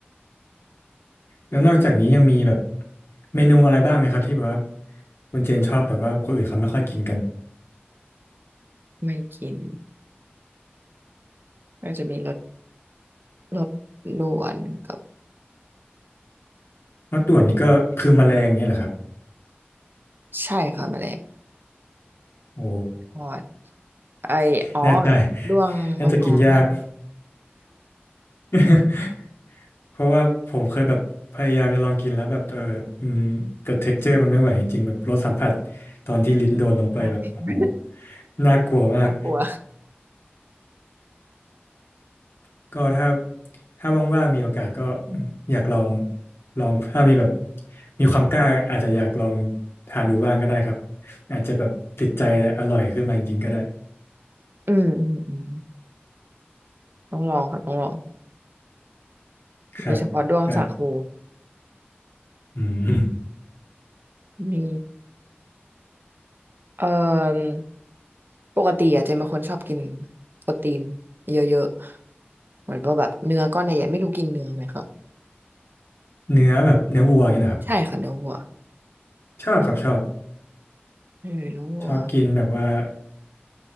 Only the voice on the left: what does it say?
แล้วนอกจากนี้ยังมีแบบเมนูอะไรบ้างไหมครับที่แบบว่าคุณเจนชอบแต่ว่าคนอื่นเขาไม่ค่อยกินกัน
มะต่วนนี่ก็คือแมลงเนี่ยแหละครับ
โอ้
<laughs> น่าจะ
น่าจะกินยาก <laughs> เพราะว่าผมเคยแบบพยายามจะลองกินแล้วแบบเอออืมแต่เท็กเจอร์มันไม่ไหวจริงๆแบบรสสัมผัสตอนที่ลิ้นโดนลงไปแบบโอ้โห
น่ากลัวมาก
<laughs> ก็ถ้าถ้าว่างๆมีโอกาสก็อยากลองลองถ้ามีแบบมีความกล้าอาจจะอยากลองทานดูบ้างก็ได้ครับอาจจะแบบติดใจและอร่อยขึ้นมาจริงๆก็ได้
ครับเออ
อืม
เนื้อแบบเนื้อวัวเนี่ยนะครับ
ชอบครับชอบ
ชอบกินแบบว่า